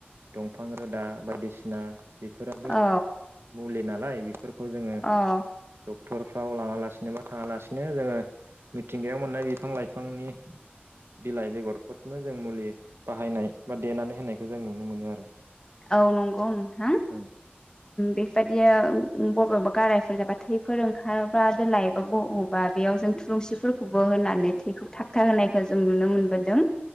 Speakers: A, on the right; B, on the left.
A: दंफां रोदा बायदिसिना बेफोराबो
B: औ
A: मुलि नालाय बे फोरखौ जोङो
B: औ
A: द क्टरफ्राव लाङालासिनो बा थाङालासिनो जोङो मिथिंगायाव मोननाय बिफां लाइफांनि बिलाइ बेगरफोरखौनो जों मुलि बाहायनाय बा देनानै होनायखौ जों नुनो मोनो आरो
B: औ नंगौ नोंथां
A: उम
B: बेफोर बायदिया बबेबा गारायफोर जाबा थैफोर ओंखारबा लायबाबो
A: औ
B: अबा बेयाव जों लुंसिफोरखौबो होनानै थैखौ थाबथा होनाय जों नुनो मोनबोदों
A: उम